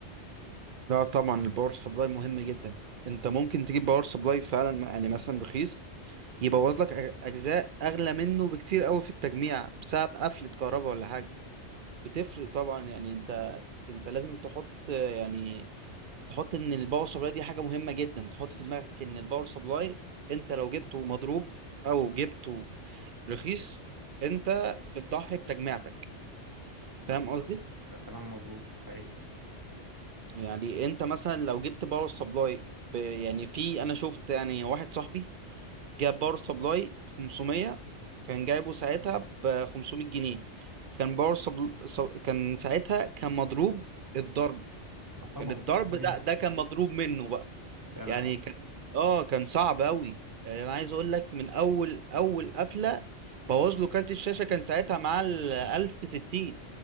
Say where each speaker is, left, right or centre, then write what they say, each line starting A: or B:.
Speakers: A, on the right (about 55°); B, on the right (about 15°).
A: لا طبعا الباور سبلاي مهم جدا انت ممكن تجيب باور سبلاي فعلا يعني مثلا رخيص يبوظ لك أج- اجزاء اغلى منه بكتير قوي في التجميع بسبب قفلة كهرباء ولا حاجة بتفرق طبعا يعني انت انت لازم تحط يعني تحط ان الباور سبلاي دي حاجة مهمة جدا تحط في دماغك ان الباور سبلاي انت لو جبته مضروب او جبته رخيص انت بتضحي بتجميعتك
B: ده
A: فاهم
B: بالظبط
A: قصدي
B: ده كلام مظبوط حقيقي
A: يعني انت مثلا لو جبت باور سبلاي ب- يعني في انا شفت يعني واحد صاحبي جاب باور سبلاي 500 كان جايبه ساعتها ب 500 جنيه كان باور سبل... سب... كان ساعتها كان مضروب الضرب
B: ما طبعا
A: كان الضرب
B: ما فيش جنيه
A: لا ده كان مضروب منه بقى
B: لا
A: يعني
B: لا
A: كان اه كان صعب قوي يعني انا عايز اقول لك من اول اول قفله بوظ له كارت الشاشه كان ساعتها معاه ال 1060